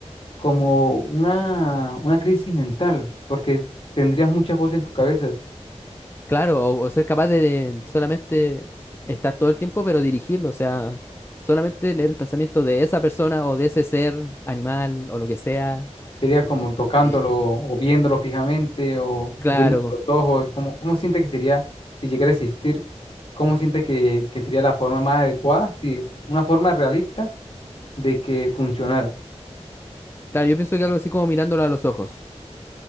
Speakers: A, on the left; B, on the left.
A: como una, una crisis mental, porque tendrías muchas voces en tu cabeza.
B: Claro, o, o ser capaz de, de solamente estar todo el tiempo, pero dirigirlo, o sea, solamente leer el pensamiento de esa persona o de ese ser, animal o lo que sea.
A: Sería como tocándolo
B: Eh,
A: o viéndolo fijamente o,
B: claro.
A: o viendo los ojos. ¿Cómo, cómo siente que sería si llegara a existir? ¿Cómo siente que, que sería la forma más adecuada? Sí, una forma realista de que funcionara
B: Claro, yo pienso que algo así como mirándolo a los ojos